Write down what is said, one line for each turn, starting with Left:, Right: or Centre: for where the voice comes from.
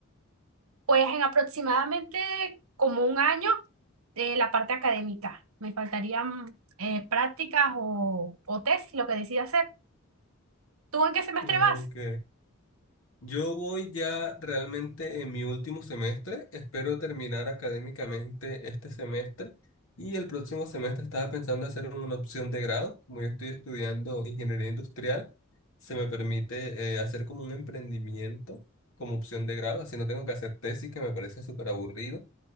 Right: Pues en aproximadamente como un año de la parte académica, me faltarían eh, prácticas o, o test, lo que decidas hacer. ¿Tú en qué semestre
Left: Ok.
Right: vas?
Left: Yo voy ya realmente en mi último semestre. Espero terminar académicamente este semestre. Y el próximo semestre estaba pensando hacer una opción de grado. Como yo estoy estudiando ingeniería industrial, se me permite eh, hacer como un emprendimiento como opción de grado. Así no tengo que hacer tesis, que me parece súper aburrido.